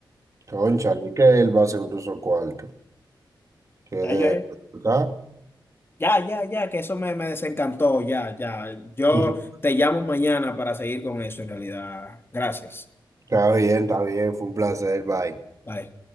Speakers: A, on the right; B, on the left.
A: Cónchale, que él va a ser un uso cuarto. Que
B: Ya,
A: de
B: yo-
A: acá.
B: ya, ya, ya, que eso me, me desencantó. Ya, ya. Yo
A: <laughs>
B: te llamo mañana para seguir con eso en realidad. Gracias.
A: Está bien, está bien, fue un placer, bye.
B: Bye.